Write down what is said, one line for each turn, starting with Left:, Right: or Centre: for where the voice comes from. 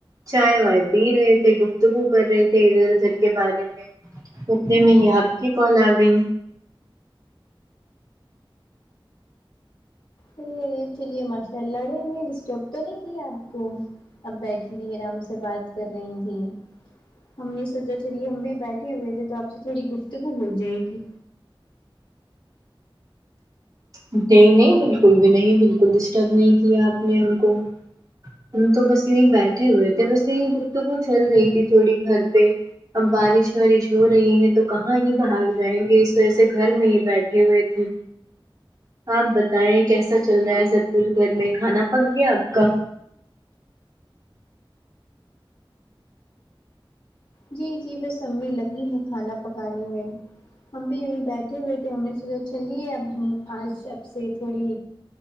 Right: چائے وائے پی رہے تھے گفتگو کر رہے تھے ادھر ادھر کے بارے میں اتنے میں ہی آپ کی کال آ گئی
Left: ارے ارے چلیے ماشاء اللہ ارے ہم نے ڈسٹرب تو نہیں کیا آپ کو اب بیٹھی تھی آرام سے بات کر رہی تھی ہم نے سوچا چلیے ہم بھی بیٹھے ہوئے تھے تو آپ سے تھوڑی گفتگو ہو جائے گی
Right: نہیں نہیں بالکل بھی نہیں بالکل ڈسٹرب نہیں کیا آپ نے ہم کو ہم تو بس یہیں بیٹھے ہوئے تھے بس یہیں گفتگو چل رہی تھی تھوڑی گھر پہ اب بارش وارش ہو رہی ہے تو کہاں ہی باہر جائیں گے اس وجہ سے گھر میں ہی بیٹھے ہوئے تھے آپ بتائیں کیسا چل رہا ہے سب کچھ گھر میں کھانا پک گیا آپ کا
Left: جی جی بس امی لگی ہے کھانا پکانے میں ہم بھی یہیں بیٹھے ہوئے تھے ہم نے سوچا چلیے اب ہم آج سب سے تھوڑی